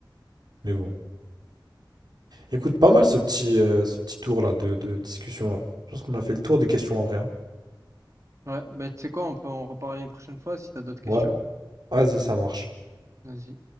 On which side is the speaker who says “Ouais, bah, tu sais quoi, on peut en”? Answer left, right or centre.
Right